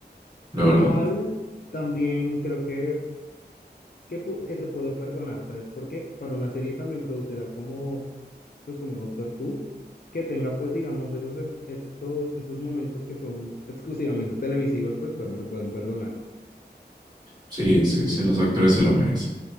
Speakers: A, on the right; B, on the left.
A: la
B: Igual,
A: verdad.
B: también creo que, que, pu- que se puede perdonar, ¿sabes? Porque para una serie también producida como, pues como Doctor Who, que tenga pues, digamos, esos, em- estos, estos momentos que son exclusivamente televisivos, pues bueno, se pueden perdonar.
A: Sí, sí, sí, los doctores se lo merecen.